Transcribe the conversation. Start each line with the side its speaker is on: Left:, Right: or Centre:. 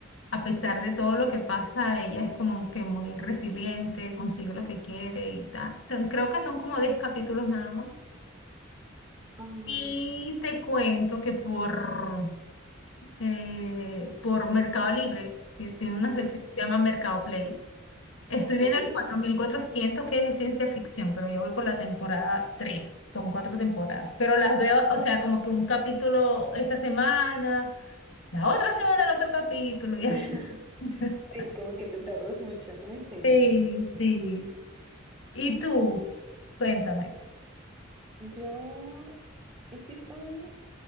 Left: a pesar de todo lo que pasa, ella es como que muy resiliente, consigue lo que quiere y tal. Son, creo que son como 10 capítulos nada más.
Right: Um,
Left: Y te cuento que por, eh, por Mercado Libre, que tiene una sección
Right: ah,
Left: que se llama Mercado Play, Estoy viendo
Right: ok.
Left: el cuatro mil cuatrocientos que es de ciencia ficción, pero yo voy por la temporada tres son cuatro temporadas, pero las veo, o sea, como que un capítulo esta semana, la otra semana el otro capítulo y
Right: <laughs>
Left: así. <laughs>
Right: Sí, como que te tardas mucho, ¿no? En seguir.
Left: Sí, sí. ¿Y tú? Cuéntame.
Right: Yo es que estoy,